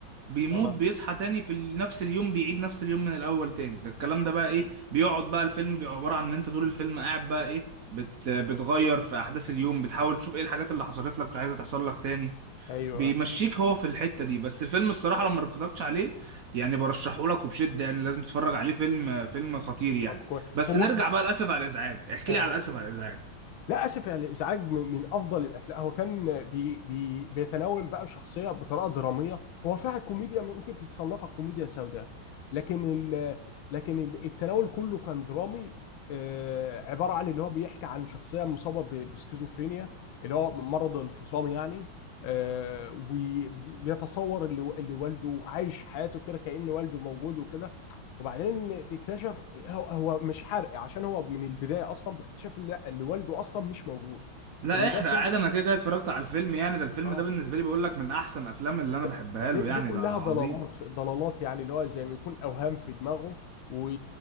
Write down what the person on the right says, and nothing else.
بيموت
بيصحى تاني في ال- نفس اليوم بيعيد نفس اليوم من الاول تاني ده الكلام ده بقى ايه بيقعد بقى الفيلم بيبقى عباره عن ان انت طول الفيلم قاعد بقى ايه بت بتغير في احداث اليوم بتحاول تشوف ايه الحاجات اللي حصلت لك مش عايزه تحصل لك تاني
بيمشيك هو في الحتة دي بس فيلم الصراحة لو ما اتفرجتش عليه يعني برشحه لك وبشدة يعني لازم تتفرج عليه فيلم فيلم خطير يعني
بس
نرجع
بقى للأسف على الإزعاج احكي
لي على الأسف على الإزعاج
لا
احرق
عادي انا كده كده اتفرجت على الفيلم يعني ده الفيلم
ده بالنسبة لي بقول لك من احسن افلام اللي
انا بحبها
له
يعني
ده عظيم